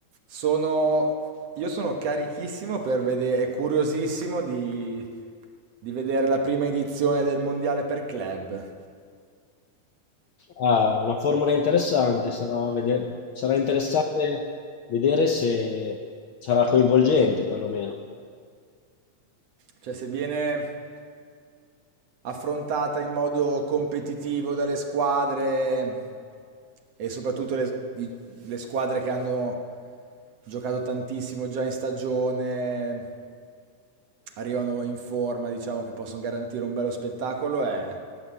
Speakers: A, on the right; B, on the left.
A: Sono, io sono carichissimo per vedere, e curiosissimo di, di vedere la prima edizione del Mondiale per club.
B: Ah, una formula interessante, sarà, vede- sarà interessante vedere se sarà coinvolgente perlomeno.
A: Cioè, se viene affrontata in modo competitivo dalle squadre e soprattutto le, i- le squadre che hanno giocato tantissimo già in stagione, arrivano in forma, diciamo che possono garantire un bello spettacolo, è,